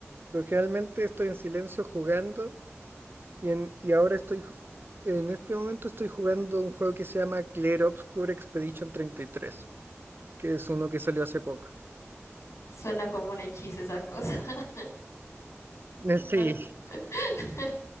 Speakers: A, on the right (about 50°); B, on the left (about 75°).
A: Pero generalmente estoy en silencio jugando y, en, y ahora estoy, ju- en este momento estoy jugando un juego que se llama Clear Obscure Expedition 33, que es uno que salió hace poco.
B: Suena como un hechizo esa cosa. <laughs>
A: Eh,
B: No.
A: Sí,
B: <laughs>